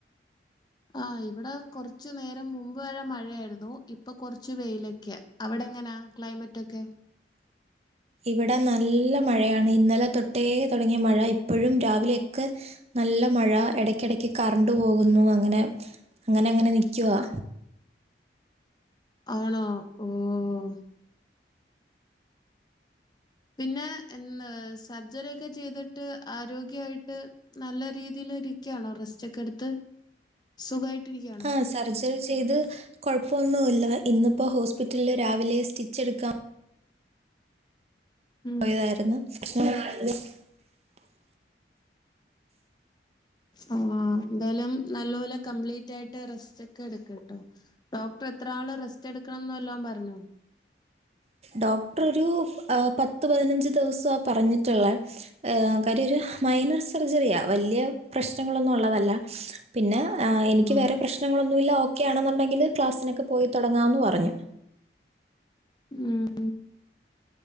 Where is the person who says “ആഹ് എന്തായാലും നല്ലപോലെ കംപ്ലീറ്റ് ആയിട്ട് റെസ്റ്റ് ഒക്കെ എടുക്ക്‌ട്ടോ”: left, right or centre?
Left